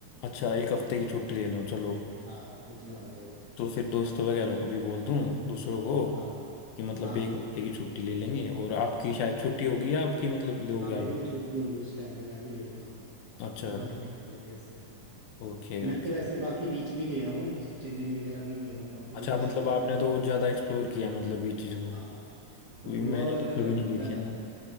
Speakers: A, on the left; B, on the right.
A: अच्छा एक हफ्ते की छुट्टी ले लो चलो
B: हाँ उतना हो जाएगा
A: तो फिर दोस्तों वगैरह को भी बोल दूं दूसरों को
B: हाँ
A: कि मतलब
B: हाँ
A: एक
B: उनको
A: हफ्ते की छुट्टी ले लेंगे और आपकी शायद छुट्टी होगी या आपकी मतलब लोगे
B: हाँ मेरी
A: आप
B: भी छुट्टी होगी इस टाइम पे मैं भी ले लूंगा
A: अच्छा
B: कोऑर्डिनेट कर लेंगे ऐसे हाँ
A: ओके
B: मैं
A: ओके
B: तो वैसे बाकी बीच भी गया हूँ चेन्नई वगैरह भी गया हूँ वहाँ पे भी
A: अच्छा
B: अच्छे
A: मतलब
B: बीच
A: आपने तो ज्यादा एक्सप्लोर किया मतलब ये चीज को
B: हाँ पर
A: भी
B: गोवा
A: मैंने
B: वाला
A: तो कभी नहीं देखे
B: मजा अलग
A: ना
B: है